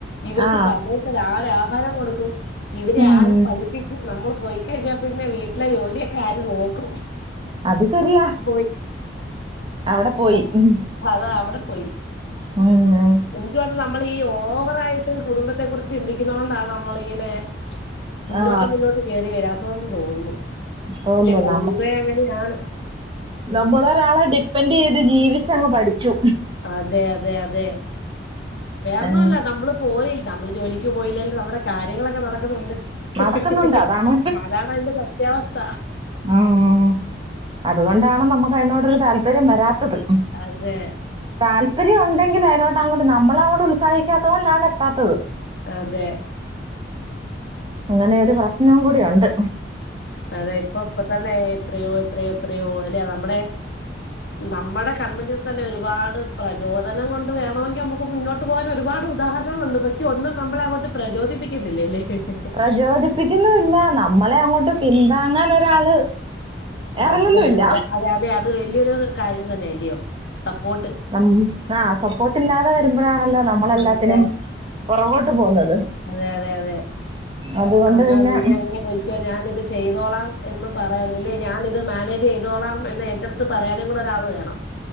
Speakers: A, on the left; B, on the right.
A: ഇവർക്ക്
B: ആ
A: സമയത്ത് ആരാ ആഹാരം കൊടുക്കും. ഇവരെ
B: ഉം.
A: ആര് പഠിപ്പിക്കും. നമ്മള് പോയിക്കഴിഞ്ഞാൽ പിന്നെ വീട്ടിലെ ജോലിയൊക്കെ ആര് നോക്കും
B: അത് ശെരിയാ
A: പോയി
B: അവിടെ പോയി
A: അത-
B: ഹും
A: അതാ അവടെ പോയി
B: <unintelligible>
A: ഇനിക്ക് തൊന്നുന്നു നമ്മളി ഈ ഓവറായിട്ട് കുടുംബത്തെ കുറിച്ച് ചിന്തിക്കുന്നോണ്ടാണ് നമ്മളിങ്ങനെ മുന്നോട്ട്
B: ആ
A: മുന്നോട്ട് കേറി വരാത്തെന്ന് തോന്നുന്നു.
B: തോന്നുന്നു
A: അല്ലെ പൊതുവേ അങ്ങനെയാണ്.
B: നമ്മള് ഒരാളെ ഡിപ്പെൻഡ് ചെയ്ത് ജീവിച്ചങ്ങ് പഠിച്ചു.
A: അതെ അതെ അതെ വേറൊന്നുല്ല
B: ഉം.
A: നമ്മള് പോയി, നമ്മള് ജോലിക്ക് പോയില്ലേലും നമ്മുടെ കാര്യങ്ങളൊക്കെ നടക്കുന്നുണ്ട്. <unintelligible>
B: നടക്കുന്നുണ്ട് അതാണ്
A: അതാണ് അയിന്റെ സത്യാവസ്ഥ
B: ആഹ് അതുകൊണ്ടാണ് നമുക്ക് അതിനോടൊരു താല്പര്യം വരാത്തത്
A: അതെ
B: താല്പര്യം ഉണ്ടെങ്കിൽ അയിലോട്ട് അങ്ങട്ട് നമ്മള് അങ്ങോട്ട് ഉത്സാഹിക്കാത്തത് കൊണ്ടാണ് എത്താത്തത്
A: അതെ
B: അങ്ങനെയൊരു പ്രശ്നം കൂടിയുണ്ട്.
A: അതെ ഇപ്പൊ ഇപ്പൊ തന്നെ എത്രയോ എത്രയോ എത്രയോ അല്ല നമ്മുടെ നമ്മടെ കണ്മുന്നിൽ തന്നെ ഒരുപാട് പ്രചോദനം കൊണ്ട് വേണോങ്കി നമുക്ക് ഇപ്പൊ മുന്നോട്ട് പോകാൻ ഒരുപാട് ഉദാഹരണങ്ങളുണ്ട് പക്ഷെ ഒന്നും നമ്മളെ അങ്ങോട്ട് പ്രചോദിപ്പിക്കുന്നില്ലല്ലേ? ഹ് ഹ്
B: പ്രചോദിപ്പിക്കുന്നുല്ല നമ്മളെ അങ്ങോട്ട് പിന്താങ്ങാൻ ഒരാള്
A: ആഹ്
B: ഇറങ്ങുന്നുമില്ല
A: അതാണ്. അത അതെ അതെ അത് വല്ല്യയൊരു കാര്യം തന്നെഅല്ലയോ സപ്പോർട്ട്
B: നമ്മ് ആഹ് സപ്പോർട്ടില്ലാതെ വരുമ്പോഴാണല്ലോ നമ്മളെല്ലാത്തിനും
A: അതെ
B: പുറകോട്ട് പോകുന്നത്
A: അതെ അതെ അതെ
B: അതുകൊണ്ട്
A: ആന്നാ
B: പിന്നെ
A: നീ അങ്ങനെ പൊയ്ക്കോ ഞാൻ ഇത് ചെയ്തോളാം എന്ന് പറയാനല്ലേ ഞാനിത് മാനേജ് ചെയ്തോളാം എന്ന് ഏറ്റെടുത്ത് പറയാനും കൂടെ ഒരാള് വേണം